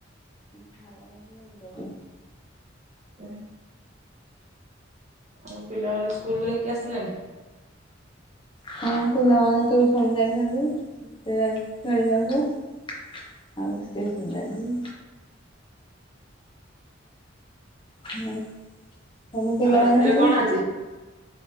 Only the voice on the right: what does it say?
<unintelligible> ଆଉ ପିଲାମାନେ । ସ୍କୁଲ ଯାଇକି ଆସିଲାଣି।
ଆଉ ରାତିରେ
କଣ ଆଜି?